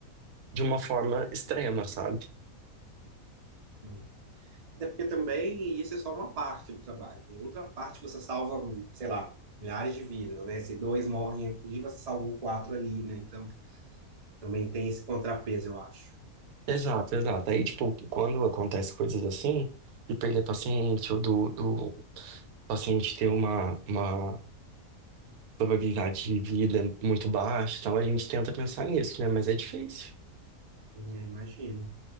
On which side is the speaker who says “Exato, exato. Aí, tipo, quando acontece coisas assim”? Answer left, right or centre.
Right